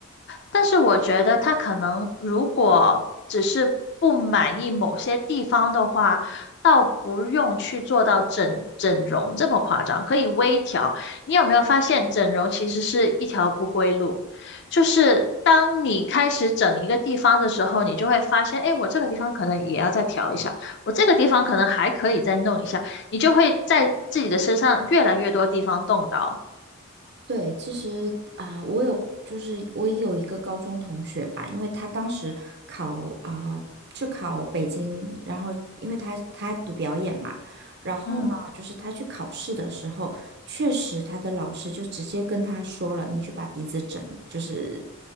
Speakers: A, on the left; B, on the right.
A: 但是我觉得他可能如果只是不满意某些地方的话，倒不用去做到整整容这么夸张，可以微调。你有没有发现整容其实是一条不归路？就是当你开始整一个地方的时候，你就会发现，哎，我这个地方可能也要再调一下，我这个地方可能还可以再弄一下，你就会在自己的身上越来越多地方动刀。
B: 对，其实啊、我有就是我有一个高中同学吧，因为他当时考啊、去考北京，然后因为他他读表演嘛，然后呢，
A: 嗯，
B: 就是他去考试的时候，确实他的老师就直接跟他说了，你去把鼻子整一就是